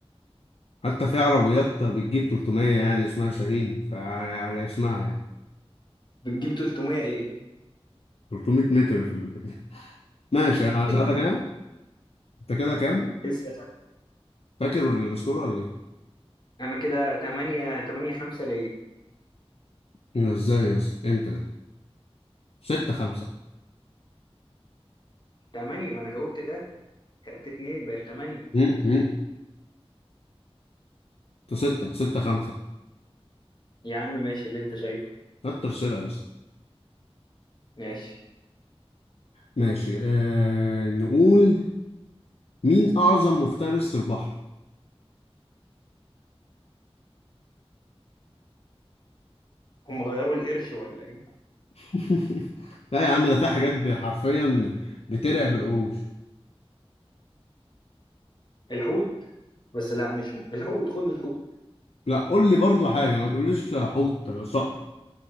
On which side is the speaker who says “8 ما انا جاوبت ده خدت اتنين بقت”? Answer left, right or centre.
Left